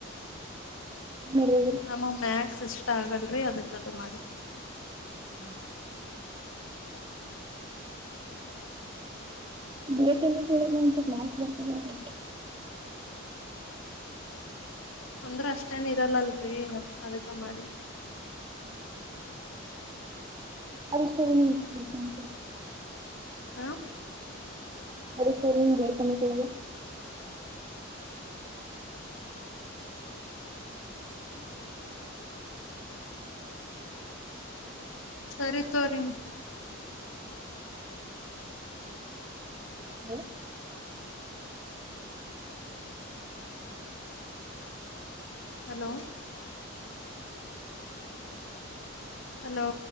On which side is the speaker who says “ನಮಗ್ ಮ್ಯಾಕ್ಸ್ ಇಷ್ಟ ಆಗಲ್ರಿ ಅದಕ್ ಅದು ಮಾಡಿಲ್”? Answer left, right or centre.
Left